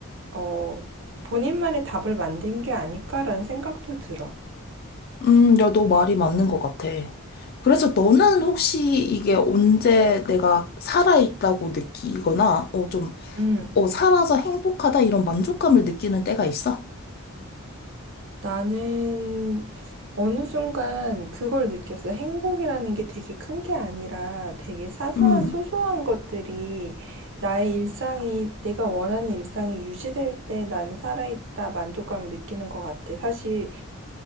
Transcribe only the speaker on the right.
어, 본인만의 답을 만든 게 아닐까라는 생각도 들어.
음.
나는 어느 순간 그걸 느꼈어. 행복이라는 게 되게 큰게 아니라 되게 사소한
소소한 것들이 나의 일상이 내가 원하는 일상이 유지될 때 나는 살아있다 만족감을 느끼는 것 같아. 사실